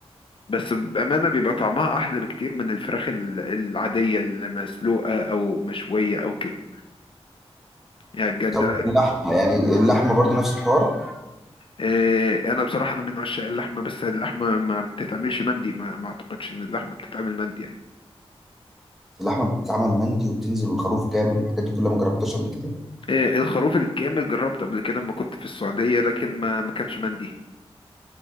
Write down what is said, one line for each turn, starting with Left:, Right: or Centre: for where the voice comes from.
Left: بس بأمانة بيبقى طعمها احلى بكتير من الفراخ ال- العادية المسلوقة او مشوية او كده يعني بجد
Centre: طب اللحمه يعني اللحمه برضو نفس الحوار
Left: إيه، انا بصراحه انا من عشاق اللحمه بس اللحمه ما بتتعملش مندي ما, ما اعتقدش ان اللحمه بتتعمل مندي يعني
Centre: اللحمه بتتعمل مندي وبتنزل والخروف كامل والحاجات دي كلها ما جربتهاش قبل كده
Left: إيه، الخروف الكامل جربته قبل كده لما كنت في السعوديه لكن ما ما كانش مندي